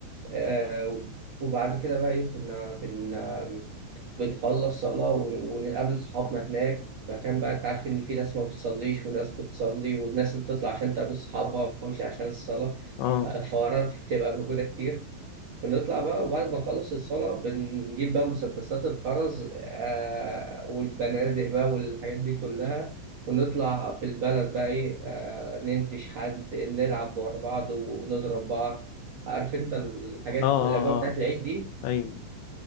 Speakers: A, on the right; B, on the left.
A: آه، وبعد كده بقى إيه كنا كنا بنخلص صلاة ون- ونقابل صحابنا هناك فكان بقى أنت عارف إن في ناس ما بتصليش وناس بتصلي والناس اللي بتطلع عشان تقابل صحابها مش عشان الصلاة
B: اه
A: الحوارات دي بتبقى موجودة كتير بنطلع بقى وبعد ما نخلص الصلاة بنجيب بقى مسدسات الخرز آه والبنادق بقى والحاجات دي كلها ونطلع في البلد بقى إيه آه ننتش حد نلعب ورا بعض ونضرب بعض عارف أنت الحاجات
B: اه اه
A: الأجواء بتاعت
B: اه
A: العيد دي
B: ايوه